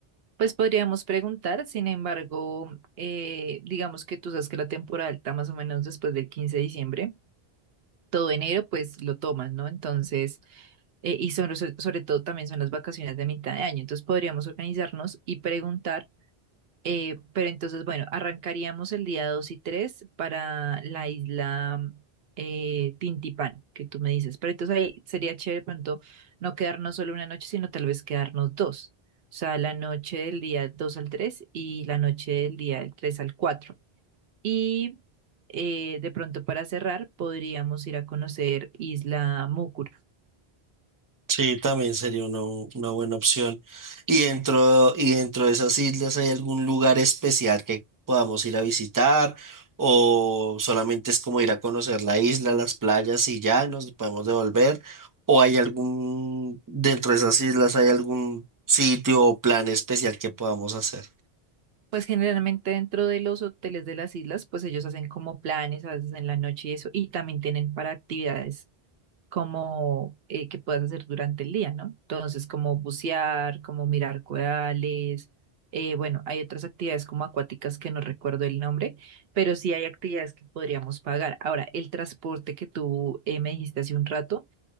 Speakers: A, on the right; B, on the right.
A: pues podríamos preguntar, sin embargo, eh, digamos que tú sabes que la temporada alta más o menos después del 15 de diciembre, todo enero pues lo tomas, ¿no? Entonces... eh, y sobre, so- sobre todo también son las vacaciones de mitad de año. Entonces podríamos organizarnos y preguntar, eh, pero entonces, bueno, arrancaríamos el día 2 y 3 para la isla eh, Tintipán, que tú me dices. Pero entonces ahí sería chévere de pronto no quedarnos solo una noche, sino tal vez quedarnos dos. O sea, la noche del día 2 al 3 y la noche del día del tres al cuatro Y eh, de pronto para cerrar, podríamos ir a conocer Isla Mucur
B: Sí, también sería una, una buena opción. Y dentro, y dentro de esas islas, ¿hay algún lugar especial que podamos ir a visitar? ¿O solamente es como ir a conocer la isla, las playas y ya y nos podemos devolver? ¿O hay algún, dentro de esas islas, hay algún sitio o plan especial que podamos hacer?
A: Pues generalmente dentro de los hoteles de las islas, pues ellos hacen como planes a veces en la noche y eso, y también tienen para actividades como eh, que puedas hacer durante el día, ¿no? Entonces, como bucear, como mirar corales, eh, bueno, hay otras actividades como acuáticas que no recuerdo el nombre, pero sí hay actividades que podríamos pagar. Ahora, el transporte que tú eh, me dijiste hace un rato